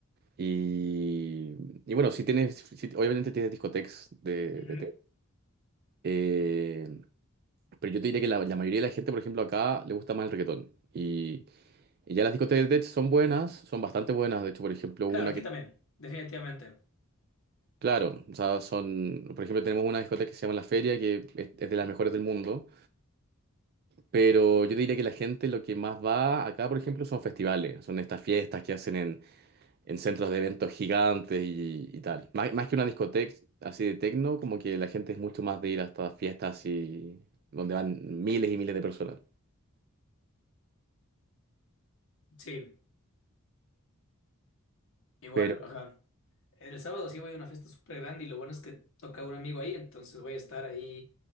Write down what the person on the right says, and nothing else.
Y, y bueno, si tienes, sí, obviamente tienes discotecas de,
de tech. Eh, pero yo te diría que la, la mayoría de la gente, por ejemplo, acá le gusta más el reggaetón. Y, y ya las discotecas de tech son buenas, son bastante buenas. De hecho, por ejemplo,
una
que,
claro, o sea, son, por ejemplo, tenemos una discoteca que se llama La Feria, que es, es de las mejores del mundo. Pero yo te diría que la gente lo que más va acá, por ejemplo, son festivales, son estas fiestas que hacen en centros de eventos gigantes y, y tal. Más, más que una discoteca así de techno, como que la gente es mucho más de ir a estas fiestas y donde van miles y miles de personas.
Pero...